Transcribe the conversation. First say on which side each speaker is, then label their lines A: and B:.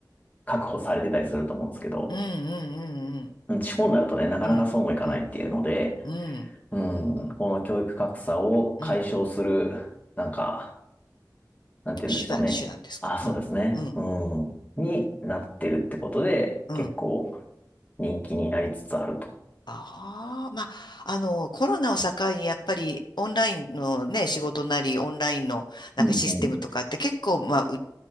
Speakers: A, on the left; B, on the left.
A: 確保されてたりすると思うんですけど、
B: うん、うん、うん、
A: うん地方になるとね、なかなかそうもいかないっていうので、
B: うん、うん、うん、
A: うん、この教育格差を解消する、
B: うん、
A: なんか、なんて言うんでしょうね。
B: 手段、手段ですか。
A: あ、そうですね。
B: うん、うん、
A: うん、になってるってことで、
B: うん。
A: 結構人気になりつつあると。
B: ああ、まあ、あの、コロナを境に、やっぱり、オンラインのね、仕事なり、オンラインの、なんかシステムとかって結構、
A: うんうん
B: まあ、う